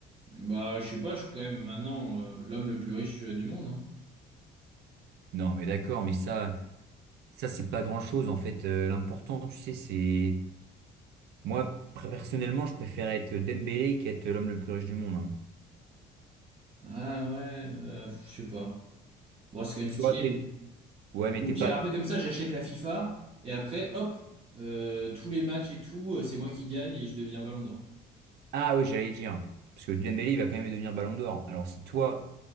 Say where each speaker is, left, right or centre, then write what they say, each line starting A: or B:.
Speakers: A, on the right (about 35°); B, on the right (about 75°).
A: Bah, je sais pas, je suis quand même maintenant euh, l'homme le plus riche euh, du monde. hein.
B: Non, mais d'accord, mais ça, ça, c'est pas grand-chose, en fait. Euh, l'important, tu sais, c'est... Moi, pr- personnellement, je préfère être Dembélé qu'être l'homme le plus riche du monde. hein.
A: Ah ouais, euh, je sais pas. Bon, c'est quand même stylé.
B: Tu vois, t'es...
A: non
B: Ouais, mais
A: Au
B: t'es
A: pire,
B: pas...
A: après, comme ça, j'achète la FIFA et après, hop, euh, tous les matchs et tout, euh, c'est moi qui gagne et je deviens Ballon d'Or.
B: Ah ouais, j'allais dire. Parce que Dembélé, il va quand même devenir Ballon d'Or. Alors si toi...